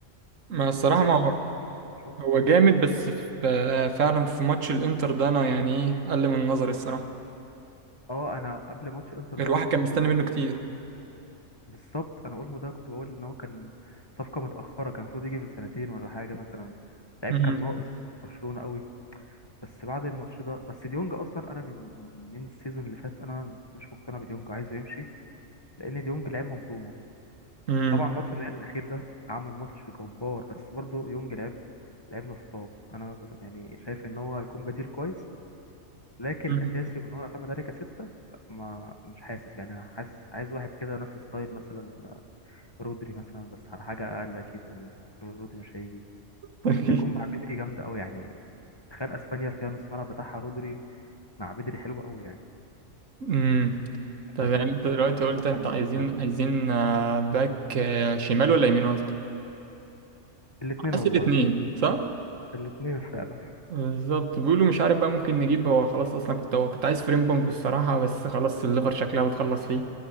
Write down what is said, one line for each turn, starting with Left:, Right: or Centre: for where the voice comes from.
Right: ما الصراحه
Left: في لعبه
Right: ما هو
Left: كده بتيجي في الماتشات
Right: هو جامد بس في فعلا في ماتش الانتر ده انا يعني ايه قل من نظري الصراحه
Left: اه انا قبل ماتش انتر
Right: الواحد
Left: ده انا كنت
Right: كان مستني
Left: بقول
Right: منه كتير
Left: بالظبط انا اولمو ده كنت بقول ان هو كان صفقه متاخره كان المفروض يجي من سنتين ولا حاجه مثلا لعيب
Right: امم
Left: كان ناقص برشلونه قوي بس بعد الماتش ده بس ديونج اصلا انا من من السيزون اللي فات انا مش مقتنع بديونج عايزه يمشي لان ديونج لعب منظومه
Right: امم
Left: طبعا ماتش الريال الاخير ده عمل ماتش جبار بس برضه ديونج لعب لعب نصاب انا بس- يعني شايف ان هو هيكون بديل كويس لكن
Right: امم
Left: اساسي وان هو يعتمد عليه كستة ما مش حاسس يعني انا حاسس عايز واحد كده نفس ستايل مثلا رودري مثلا بس على حاجه اقل اكيد لان رودري مش هيجي
Right: <laughs>
Left: هيكون مع بدري جامدة أوي يعني تخيل أسبانيا فيها نص ملعب بتاعها رودري مع بدري حلو أوي يعني
Right: أمم.
Left: أنت
Right: طب يعني
Left: شايف
Right: انت
Left: آه،
Right: دلوقتي
Left: مين
Right: قلت
Left: مثلا
Right: انت عايزين
Left: يجي في بالك؟
Right: عايزين آه، باك آه، شمال ولا يمين قلت
Left: الاتنين
Right: عايز
Left: والله
Right: الاثنين صح
Left: الاتنين فعلا
Right: بالظبط بيقولوا مش عارف بقى ممكن نجيب هو خلاص اصلا كنت هو كنت عايز فريم بونج الصراحه بس خلاص الليفر شكلها بتخلص فيه